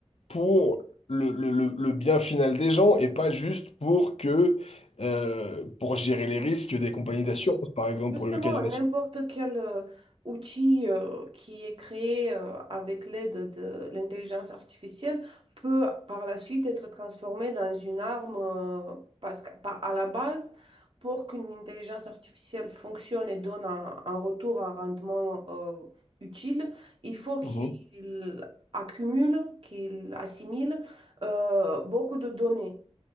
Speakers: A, on the left; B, on the right.
A: pour le, le- le- le bien final des gens et pas juste pour que, euh, pour gérer les risques des compagnies d'assurance, par exemple,
B: Justement,
A: pour le cas d'une
B: n'importe
A: assurance.
B: quel euh, outil euh, qui est créé euh, avec l'aide de l'intelligence artificielle peut par la suite être transformé dans une arme euh, parce que, par- à la base, pour qu'une intelligence artificielle fonctionne et donne un, un retour, un rendement euh, utile, il faut qu'il
A: Mhm.
B: accumule, qu'il assimile euh, beaucoup de données.